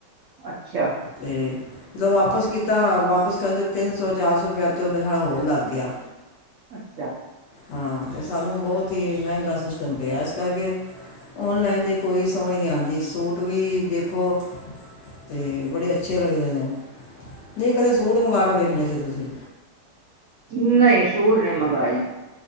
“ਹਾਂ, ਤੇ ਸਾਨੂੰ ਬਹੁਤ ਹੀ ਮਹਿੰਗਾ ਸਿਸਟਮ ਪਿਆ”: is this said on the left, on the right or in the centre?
Left